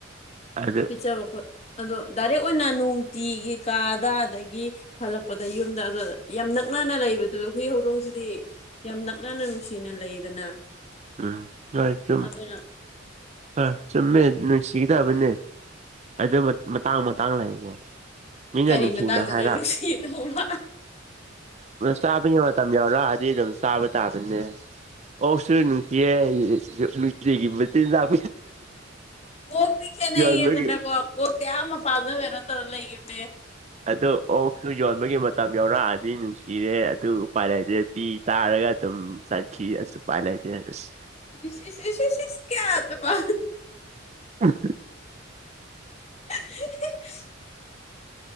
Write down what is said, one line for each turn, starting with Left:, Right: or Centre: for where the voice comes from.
Right: ꯑꯗꯨꯒ
Left: ꯄꯤꯠꯆꯕ ꯈꯣꯠ ꯑꯗꯣ ꯗꯥꯏꯔꯦꯛ ꯑꯣꯏꯅ ꯅꯨꯡꯇꯤꯒꯤ ꯀꯥꯗ ꯑꯗꯒꯤ ꯍꯜꯂꯛꯄꯗ ꯌꯨꯝꯗ ꯑꯗꯨ ꯌꯥꯝꯅꯛ ꯅꯛꯅꯅ ꯂꯩꯕꯗꯨ ꯍꯨꯏ ꯍꯧꯗꯣꯡꯁꯤꯗꯤ ꯌꯥꯝ ꯅꯛꯅꯅ ꯅꯨꯡꯁꯤꯅ ꯂꯩꯗꯅ
Right: ꯎꯝ ꯍꯣꯏ ꯆꯨꯝ
Left: ꯑꯗꯨꯅ
Right: ꯑ ꯆꯨꯝꯃꯦ ꯅꯨꯡꯁꯤ ꯇꯥꯕꯅꯦ ꯑꯗꯨ ꯃꯇꯥꯡ ꯃꯇꯥꯡ ꯂꯩꯥꯛꯒꯦ ꯃꯤꯅ
Left: ꯀꯔꯤ
Right: ꯅꯨꯡꯁꯤꯅ
Left: ꯃꯇꯥꯡꯗꯅ
Right: ꯍꯥꯏꯔ
Left: ꯅꯨꯡꯁꯤꯗꯧꯕ
Right: ꯆꯥꯕꯒꯤ ꯃꯇꯝ ꯌꯥꯎꯔꯛꯑꯗꯤ ꯑꯗꯨꯝ ꯆꯥꯕ ꯇꯥꯕꯅꯦ ꯑꯣ ꯁ ꯑꯦ ꯅꯨꯡꯇꯤꯒꯤ ꯃꯆꯤꯟꯖꯥꯛ
Left: ꯀꯣꯛꯇꯤ ꯈꯦꯠꯅꯩꯌꯦ
Right: ꯌꯣꯟꯕꯒꯤ
Left: ꯑꯗꯨꯅꯀꯣ ꯀꯣꯛꯇꯤ ꯑꯥꯃ ꯄꯥꯖꯕꯔꯣ ꯇꯧꯔꯒ ꯂꯩꯈꯤꯕꯕꯅꯦ
Right: ꯑꯗꯨ ꯑꯣꯛꯁꯨ ꯌꯣꯟꯕꯒꯤ ꯃꯇꯝ ꯌꯧꯔꯛꯑꯗꯤ ꯅꯨꯡꯁꯤꯔꯦ ꯑꯗꯨ ꯎꯄꯥꯏ ꯂꯩꯇ꯭ꯔꯦ ꯄꯄꯤ ꯇꯥꯔꯒ ꯑꯗꯨꯝ ꯆꯠꯈꯤ ꯑꯗꯨꯁꯨ ꯎꯄꯥꯏ ꯂꯩꯇꯦ ꯑꯁ
Left: ꯏꯁ ꯏ ꯁꯤꯤꯁ ꯀꯌꯥꯗꯕꯥ
Right: ꯎ
Left: <inaudible> <unintelligible>